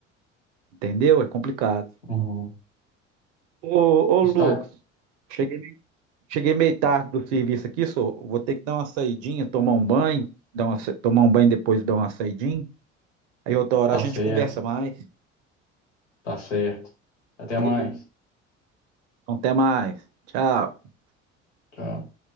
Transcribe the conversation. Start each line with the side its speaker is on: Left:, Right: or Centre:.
Right: entendeu? É complicado.
Left: uhum.
Right: Ô, ô
Left: Está,
Right: Lucas, cheguei meio, cheguei meio tarde do serviço aqui, só vou ter que dar uma saidinha, tomar um banho, dar uma sa- tomar um banho depois dar uma saidinha. Aí outra hora
Left: tá
Right: a gente
Left: certo,
Right: conversa mais.
Left: tá certo. Até
Right: Beleza.
Left: mais.
Right: Então, até mais. Tchau.
Left: Tchau.